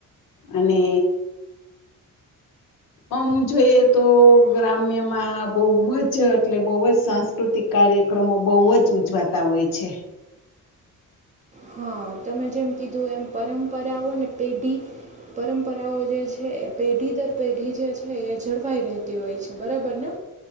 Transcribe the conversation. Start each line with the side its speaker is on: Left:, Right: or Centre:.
Left: અને અમ જોઈએ તો ગ્રામ્યમાં બવ જ એટલે બવ જ સાંસ્કૃતિક કાર્યક્રમો બવ જ ઉજવાતા હોય છે.
Right: હા તમે જેમ કીધું એમ પરંપરાઓ ને પેઢી પરંપરાઓ જે છે એ પેઢી દર પેઢી જે છે એ જળવાઈ રહેતી હોય છે બરાબર ને.